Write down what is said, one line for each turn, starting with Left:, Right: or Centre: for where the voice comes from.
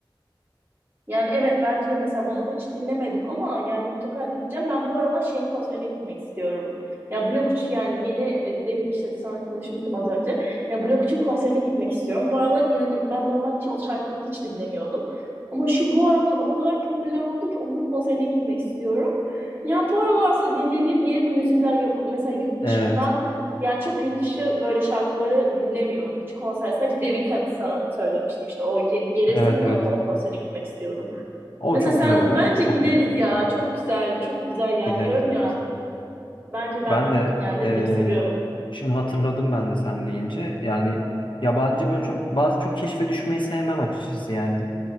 Right: Yani evet bence de mesela bana hiç dinlemedim ama yani mutlaka dinleyeceğim. Ben bu aralar şeyin konserine gitmek istiyorum. Ya Blok 3 yani yeni e, dediğim işte sana konuşmuştum az önce. Ya Blok 3'ün konserine gitmek istiyorum. Bu aralar inanın ben normalde hiç onun şarkılarını hiç dinlemiyordum. Ama şu bu aralar o kadar popüler oldu ki onun konserine gitmek istiyorum. Yani bu aralar aslında dinlediğim yeni bir müzikler yap mesela yurt
Left: Evet,
Right: dışından yani çok yurt dışı böyle şarkıları dinlemiyorum. Hiç konser sadece The Weeknd sana söylemiştim işte o yeni gelirse
Left: evet,
Right: mutlaka
Left: evet.
Right: onun konserine gitmek istiyorum.
Left: O
Right: Mesela
Left: çok
Right: sen
Left: güzel oluyor
Right: bence
Left: ama o çok
Right: gideriz
Left: büyük.
Right: ya. Çok güzel, çok güzel yani
Left: Gideriz
Right: diyorum
Left: evet.
Right: ya. Bence ben
Left: Ben de
Right: yani ne
Left: e,
Right: bileyim seviyorum.
Left: şimdi hatırladım ben de sen deyince yani Yabancı böyle çok bazı çok keşfe düşmeyi sevmem açıkçası yani